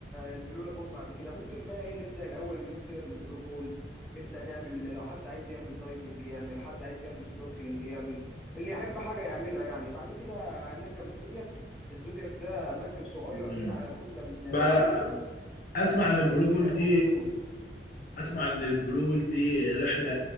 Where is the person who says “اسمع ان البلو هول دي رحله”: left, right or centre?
Left